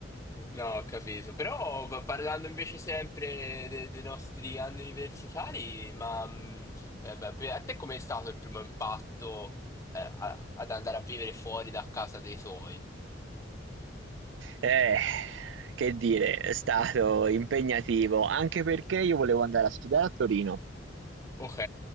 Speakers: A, on the left; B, on the right.
A: No, ho capito. Però p- parlando invece sempre de- dei nostri anni universitari, ma mh, eh, beh, per- a te com'è stato il primo impatto eh, a- ad andare a vivere fuori da casa dei tuoi?
B: Eh, che dire, è stato impegnativo, anche perché io volevo andare a studiare a Torino
A: Ok,